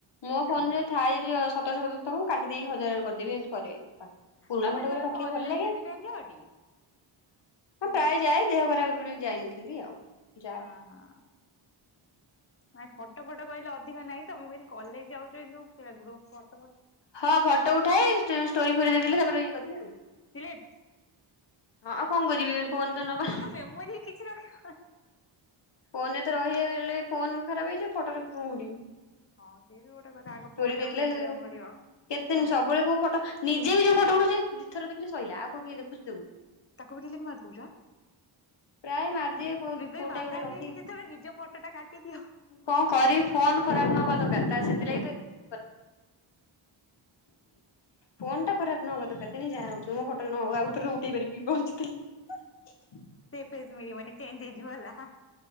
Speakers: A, on the left (about 60°); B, on the left (about 25°).
A: ମୋ ଫୋନ ରେ ଥାଏ ଯଦି ସତରଶହ ସତରଶହ କାଟି ଦେଇେଇକି ହଜାର କରିଦେବି ଏମିତି କରେ। ପୁରୁଣା
B: ମୁଁ କହିଲି
A: ଫଟୋ
B: ତମେ
A: ଗୁରା ରଖିବାକୁ
B: କଲେଜ
A: ଭଲ ଲାଗେ।
B: ଏନି ଟାଇମ ଯାଅଟି ମାନେ
A: ହଁ ପ୍ରାୟ ଯାଏ ଦେହ ଖରାପ ବେଳୁ ଯାଇନଥିଲି ଆଉ। ଯାଏ
B: ହଁ ହଁ। ନାଇଁ ଫଟୋ ଫଟ କହିଲେ ଅଧିକ ନାଇଁ ତ ମୁଁ କହିଲି କଲେଜ ଯାଉଛୁ କିନ୍ତୁ ଗ୍ରୁପ ଫ
A: ହଁ ଫଟୋ ଉଠାଏ ଷ୍ଟୋରି ଫୋରି ଦେଇ ଦେଲେ ତାପରେ ଇଏ କରିଦିଏ ଆଉ।
B: ଡିଲିଟ୍
A: ହଁ ଆଉ କଣ କରିବି ଫୋନ ତ ନବା।
B: ଆ ମେମୋରି କିଛି ରଖିବ।
A: ଫୋନରେ ତ ରହିଗଲେ ଫୋନ ଖରାପ ହେଇଯିବ ଫଟ ରଖିକି କଣ କରିବି।
B: ହଁ ସିଏ ବି ଗୋଟେ କଥା ଆଗ
A: ଷ୍ଟୋରି
B: ଫୋନ୍
A: ଦେଇଦେଲେ
B: ଟାକୁ ଦେଖିବାକୁ ପଡିବ।
A: କେତେ
B: ହାଏ
A: ଦିନ ସବୁବେଳେ କୋଉ ଫଟ ନିଜେ ବି ଯୋଉ ଫଟୋ ଉଠଉଛି ଦି ଥର ଦେଖିଲେ ସଇଲା ଆଉ କଣ କିଏ ଦେଖୁଛି ତାକୁ।
B: ତାକୁ ବି ଡିଲିଟ ମାରିଦଉଛ
A: ପ୍ରାୟ ମାରିଦିଏ କୋଉ
B: ବିିବେକ
A: କୋଉଟା
B: ବାଧା
A: ଗୋଟେ ରଖି
B: ଦିଏ ଯେତେବେଳେ ନିଜ ଫଟୋଟା କାଟିଦିଅ।
A: କଣ କରିବି ଫୋନ ଖରାପ ନହବା ଦରକାର ତା ସେଥିଲାଗି ତ ଏଥିରେ ଫୋନ୍ ଟା ଖରାପ ନହବା ଦରକାର ତେଣିକି ଯାହା ହଉଛି ହଉ ମୋ ଫଟୋ ରେ ନ ହଉ ଆଉଥରେ ଉ ଟି କରିବି ପହଞ୍ଚଥିଲି।
B: ପେଜ୍ ମେ ମାନେ ଚେଞ୍ଜ ହେଇଯିବ ହେଲା।